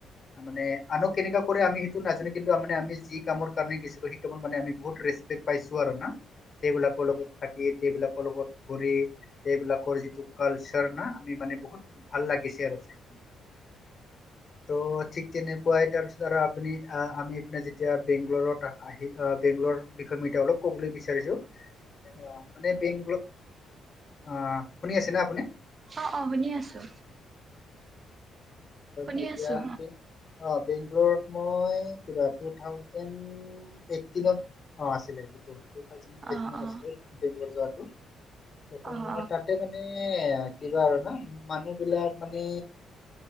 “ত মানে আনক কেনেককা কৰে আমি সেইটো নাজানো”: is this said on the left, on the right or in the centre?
Left